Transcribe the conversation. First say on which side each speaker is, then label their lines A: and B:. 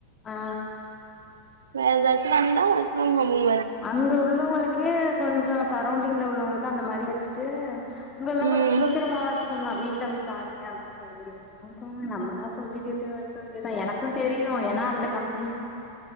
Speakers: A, on the left (about 20°); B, on the right (about 65°).
A: ஆ ஆ
B: வேற ஏதாச் வந்தா ஒர்க் ஃப்ரம் ஹோம்ல
A: அங்க உள்ளவங்களுக்கே கொஞ்சொ சரௌண்டிங்ல உள்ளவங்களுக்கு அந்த மாரி வச்ட்டு உங்கல்லா
B: ம்
A: கொஞ்ச சீக்கிரமாவச்சு
B: ம்
A: வுல்லா வீட்டல பாருங்க அப்படின்னு சொல்லி என்னமோ போங்க நம்மதா சொல்லிகிட் டு வா இருக்க வேண்டிதா எனக்கூ தெரியு ஏன்னா அந்த கம்பெனி